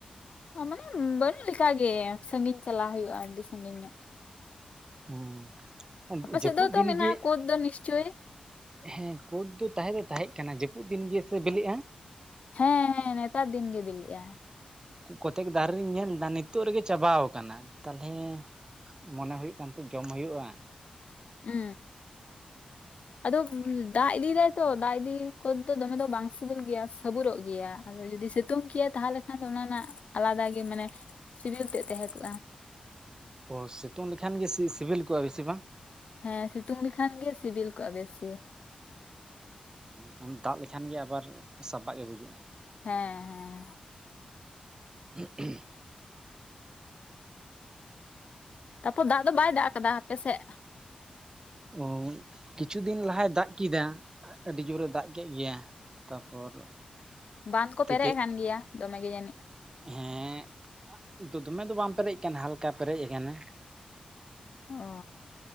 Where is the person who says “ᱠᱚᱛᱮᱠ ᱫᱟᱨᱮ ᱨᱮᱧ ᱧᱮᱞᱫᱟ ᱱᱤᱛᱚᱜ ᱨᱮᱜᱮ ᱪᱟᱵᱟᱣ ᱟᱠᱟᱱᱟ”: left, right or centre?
Right